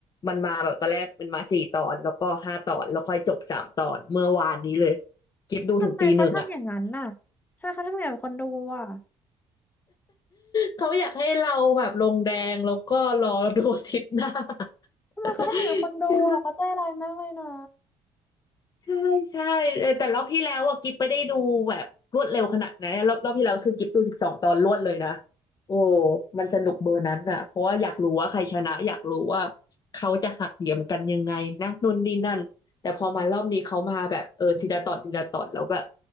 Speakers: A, on the left; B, on the left.
A: มันมาแบบตอนแรกมันมาสี่ตอนแล้วก็ห้าตอนแล้วค่อยจบสามตอนเมื่อวานนี้เลยกิฟดูถึงตีหนึ่งอ่ะ
B: ทำไมเขาทำอย่างนั้นน่ะทำไมเขาทำอย่างนั้นกับคนดูอ่ะ
A: เขาอยากให้เราแบบลงแดงแล้วก็รอดูอาทิตย์หน้า
B: ทำไมเขาทำอย่างนั้นกับคนดูอ่ะเขาใจร้ายมากเลยนะ
A: <laughs> ใช่ ใช่ใช่เออแต่รอบที่แล้วอ่ะกิ๊บไม่ได้ดูแบบรวดเร็วขนาดนั้นรอบรอบที่แล้วคือกิ๊บดูสิบสองตอนรวดเลยนะโอ้มันสนุกเบอร์นั้นอ่ะเพราะว่าอยากรู้ว่าใครชนะอยากรู้ว่าเขาจะหักเหลี่ยมกันยังไงนะนู่นนี่นั่นแต่พอมารอบนี้เขามาแบบเออทีละตอนทีละตอนแล้วแบบ